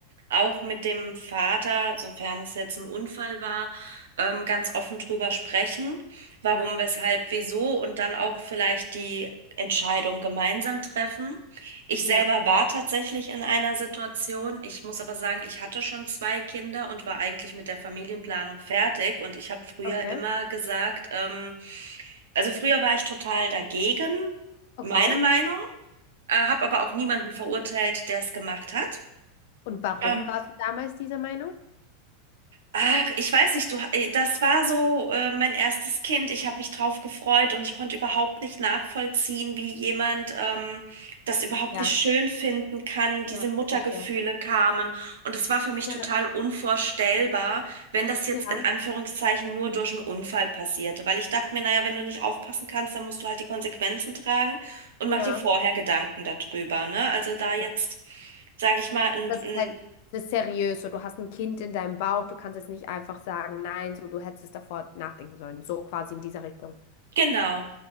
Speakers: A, on the right; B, on the left.
A: auch mit dem Vater, sofern es jetzt ein Unfall war, ähm, ganz offen drüber sprechen, warum,
B: Ja,
A: weshalb, wieso und dann auch vielleicht die Entscheidung gemeinsam treffen. Ich
B: ja,
A: selber war tatsächlich in einer Situation. Ich muss aber sagen, ich hatte schon zwei Kinder und war eigentlich mit der Familienplanung fertig. Und ich habe früher
B: okay.
A: immer gesagt, ähm, also früher war ich total dagegen,
B: Okay.
A: meine Meinung, äh, habe aber auch niemanden verurteilt, der es gemacht hat.
B: Und warum
A: Ähm,
B: warst du damals dieser Meinung?
A: Ach, ich weiß nicht, du, äh, das war so äh, mein erstes Kind. Ich habe mich drauf gefreut und ich konnte überhaupt nicht nachvollziehen, wie jemand ähm, das überhaupt
B: Ja,
A: nicht schön finden kann. Diese
B: ja,
A: Muttergefühle
B: verstehe.
A: kamen und es war für mich
B: Ja,
A: total unvorstellbar, wenn das jetzt
B: ja,
A: in Anführungszeichen nur durch einen Unfall passierte, weil ich dachte mir, naja, wenn du nicht aufpassen kannst, dann musst du halt die Konsequenzen tragen und
B: ja.
A: mach dir vorher Gedanken darüber, ne? Also da
B: Okay.
A: jetzt sage ich mal, ein,
B: Das ist halt, das ist seriös. So, du hast ein Kind in deinem Bauch, du kannst jetzt nicht einfach sagen, nein, so, du hättest davor nachdenken sollen. So quasi in dieser Richtung.
A: Genau.